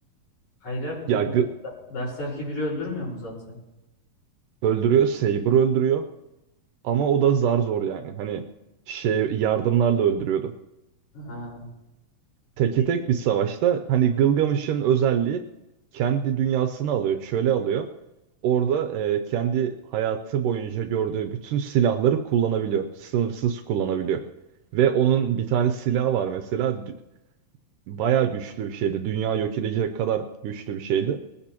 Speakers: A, on the left; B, on the right.
A: Hayır ya bu-
B: Ya Gı-
A: Ber- Ber- Berserk'i biri öldürmüyor mu zaten?
B: öldürüyor, Saber öldürüyor ama o da zar zor yani. Hani şey yardımlarla öldürüyordu.
A: Ha.
B: teke
A: E,
B: tek bir savaşta hani Gılgamış'ın özelliği kendi dünyasını alıyor, çöle alıyor. Orada e, kendi hayatı boyunca gördüğü bütün silahları kullanabiliyor. Sınırsız kullanabiliyor. Ve onun bir tane silahı var mesela. dü- Bayağı güçlü bir şeydi. Dünya yok edecek kadar güçlü bir şeydi.